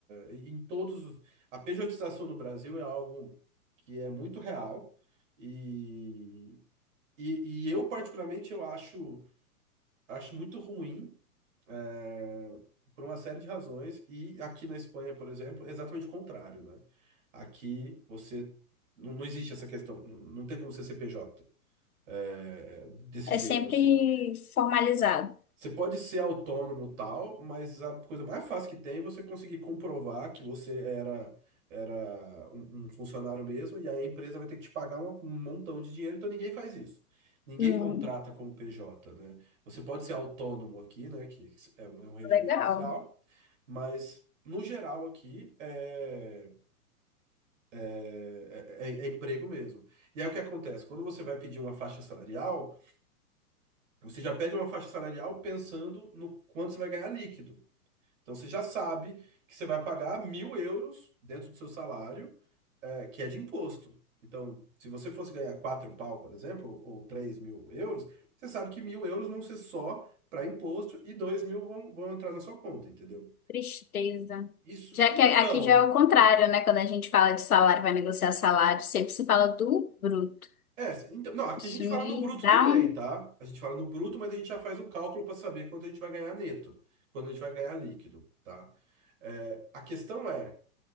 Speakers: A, on the right; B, on the left.
A: é, em todos os. A pejotização no Brasil é algo que é muito real e, e, e eu, particularmente, eu acho, acho muito ruim é, por uma série de razões. E aqui na Espanha, por exemplo, é exatamente o contrário, né? Aqui você não, não existe essa questão, não, não tem como ser CPJ é, desse jeito
B: É sempre
A: assim.
B: formalizado.
A: Você pode ser autônomo tal, mas a coisa mais fácil que tem é você conseguir comprovar que você era era um, um funcionário mesmo e aí a empresa vai ter que te pagar um, um montão de dinheiro, então ninguém faz isso. Ninguém
B: Hum,
A: contrata como PJ, né? Você pode ser autônomo aqui, né? Que é um é um regime
B: legal.
A: especial, mas, no geral, aqui é, é, é- é emprego mesmo. E aí o que acontece? Quando você vai pedir uma faixa salarial, você já pede uma faixa salarial pensando no quanto você vai ganhar líquido. Então você já sabe que você vai pagar mil euros dentro do seu salário, é, que é de imposto. Então, se você fosse ganhar quatro pau, por exemplo, ou três mil euros, você sabe que mil euros vão ser só para imposto e dois mil vão, vão entrar na sua conta, entendeu?
B: Tristeza.
A: Isso,
B: Já
A: então,
B: que aqui já é o contrário, né? Quando a gente fala de salário, vai negociar salário, sempre se fala do bruto.
A: É, então, não, aqui
B: Isso
A: a gente
B: me
A: fala no bruto
B: dá
A: também,
B: um...
A: tá? A gente fala no bruto, mas a gente já faz um cálculo para saber quanto a gente vai ganhar neto, quando a gente vai ganhar líquido, tá? É, a questão é